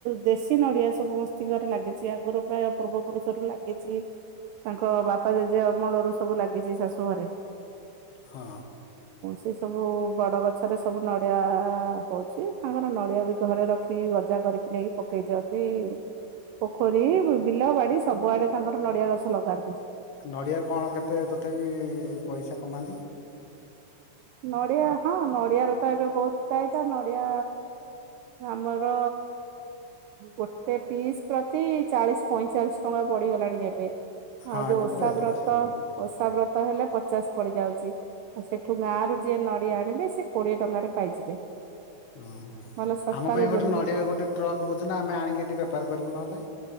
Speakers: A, on the right; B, on the left.
A: ଦେଶୀ ନଡ଼ିଆ ସବୁ ସମସ୍ତିଙ୍କର ଲାଗିଚି। ଆଗରୁ ପ୍ରାୟ ପୂର୍ବ ପୁରୁଷରୁ ଲାଗିଚି, ତାଙ୍କ ବାପା ଜେଜେ ଅମଳରୁ ସବୁ ଲାଗିଚି ଶାଶୂଘରେ।
B: ହଁ।
A: ସେସବୁ ବଡ଼ ଗଛରେ ସବୁ ନଡ଼ିଆ ହଉଛି। ତାଙ୍କର ନଡ଼ିଆ ବି ଘରେ ରଖିକି ଗଜା କରିକି ନେଇକି ପକେଇ ଦିଅନ୍ତି, ପୋଖରୀ ବୁ ବିଲ, ବାଡି ସବୁଆଡେ ତାଙ୍କର ନଡିଆ ଗଛ ଲଗାନ୍ତି।
B: ନଡିଆକୁ କଣ କେତେ ତଥାପି ପଇସା କମାନ୍ତି?
A: ନଡିଆ ହଁ, ନଡିଆର ତ ଏବେ ବହୁତ ଚାହିଦା। ନଡିଆ ଆମର, ଗୋଟେ ପିସ୍ ପ୍ରତି ଚାଳିଶ, ପଇଁଚାଳିଶ ଟଙ୍କା ପଡି ପଡିଗଲାଣି ଏବେ।
B: ହଁ
A: ଆଉ ଯୋଉ
B: ଏବେ
A: ଓଷା
B: ତ ରେଟ୍
A: ବ୍ରତ,
B: ଅଛି ହଁ
A: ଓଷା ବ୍ରତ ହେଲେ ପଚାଶ ପଡିଯାଉଛି। ଆଉ ସେଠୁ ଗାଁରୁ ଯିଏ ନଡିଆ ଆଣିବେ, ସିଏ କୋଡିଏ ଟଙ୍କାରେ ପାଇଯିବେ।
B: ଓଁ ହ।
A: ଭଲ ଶସ୍ତାରେ
B: ଆମ ପାଇଁ ଗୋଟେ
A: ଦିନ
B: ନଡିଆ ଗୋଟେ ଟ୍ରକ୍ ବୁଝୁନା, ଆମେ ଆଣିକି ଏଠି ବେପାର କରିବୁ ନହେଲେ?